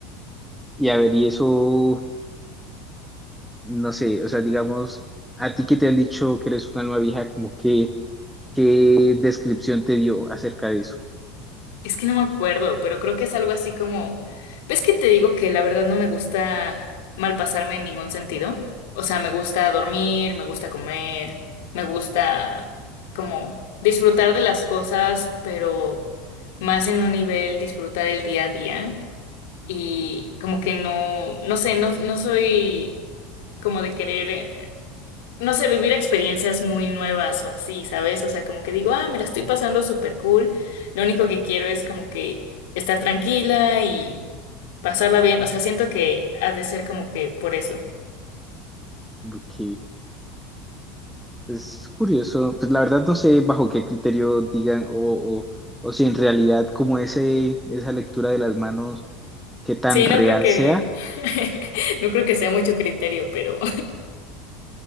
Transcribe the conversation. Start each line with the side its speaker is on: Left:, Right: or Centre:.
Centre: Y a ver, y eso, no sé, o sea, digamos, a ti que te han dicho que eres un alma vieja, como que, ¿qué descripción te dio acerca de eso?
Left: Es que no me acuerdo, pero creo que es algo así como, ¿ves que te digo que la verdad no me gusta malpasarme en ningún sentido? O sea, me gusta dormir, me gusta comer, me gusta como disfrutar de las cosas, pero más en un nivel disfrutar el día a día y como que no, no sé, no, no soy como de querer no sé, vivir experiencias muy nuevas o así, ¿sabes? O sea, como que digo, ah, me la estoy pasando súper cool. Lo único que quiero es como que estar tranquila y pasarla bien. O sea, siento que ha de ser como que por eso.
Centre: Ok, pues curioso. Pues la verdad no sé bajo qué criterio digan o, o, o si en realidad como ese, esa lectura de las manos, qué tan
Left: Sí,
Centre: real
Left: no creo que,
Centre: sea
Left: <laughs> no creo que sea mucho criterio, pero,